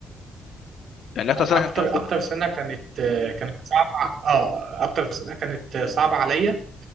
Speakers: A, on the left; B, on the right.
A: يعني اكتر
B: اكتر
A: سنه كان فيها شغل
B: اكتر سنه كانت كانت صعبه اه اكتر سنه كانت صعبه عليا